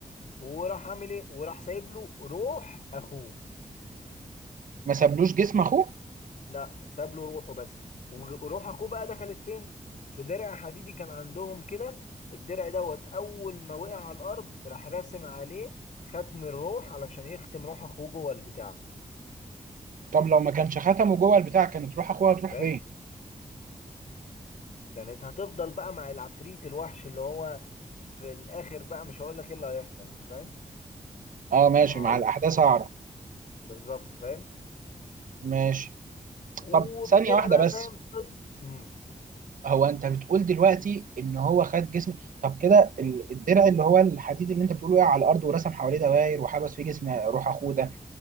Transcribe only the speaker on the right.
ما سابلوش جسم اخوه
طب لو ما كانش ختمه جوه البتاع كانت روح اخوها تروح
فين
اه ماشي
مع الاحداث هعرف
ماشي
طب ثانية واحدة
بس
هو انت بتقول دلوقتي ان هو خد جسم طب كده ال- الدرع اللي هو الحديد اللي انت بتقوله وقع على الارض ورسم حواليه دوائر وحبس فيه جسم روح اخوه ده